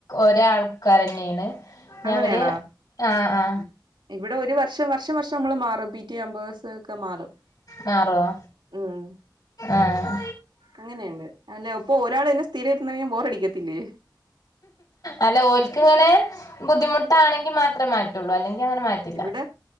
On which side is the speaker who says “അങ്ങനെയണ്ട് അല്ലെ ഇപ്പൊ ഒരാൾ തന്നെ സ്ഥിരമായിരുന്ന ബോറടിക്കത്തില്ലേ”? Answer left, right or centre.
Right